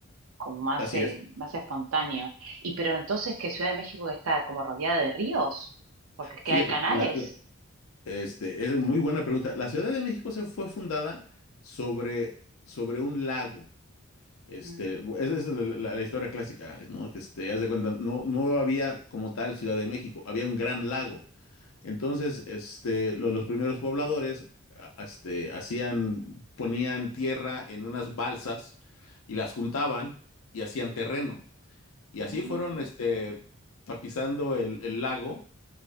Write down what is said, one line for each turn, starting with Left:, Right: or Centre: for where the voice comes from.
Right: como más,
Left: Así
Right: eh,
Left: es.
Right: más espontáneo. Y pero entonces, que Ciudad de México está como rodeada de ríos? Porque es que
Left: Fíjate,
Right: hay Sí. canales.
Left: la- este, es muy buena pregunta. La Ciudad de México se fue fundada sobre, sobre un lago. Este,
Right: Mm,
Left: esa es la, la- la historia clásica, es ¿no? Que este, haz de cuenta, no, no había como tal Ciudad de México, había un gran lago. Entonces, este, lo- los primeros pobladores, a- este, hacían, ponían tierra en unas balsas y las juntaban y hacían terreno. Y
Right: ah,
Left: así fueron, este, tapizando el el lago